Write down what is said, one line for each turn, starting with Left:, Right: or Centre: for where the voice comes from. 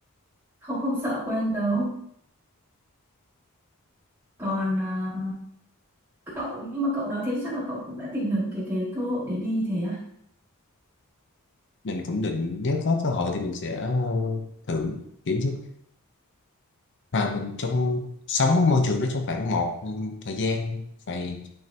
Right: không không sợ quên đâu còn à, cậu nhưng mà cậu nói thế chắc là cậu cũng đã tìm hiểu cái cái cơ hội để đi thế à
Left: mình cũng định nếu có cơ hội thì mình sẽ ờ, thử kiểu như mà mình trong sống ở môi trường đó trong khoảng một ừ, thời gian vài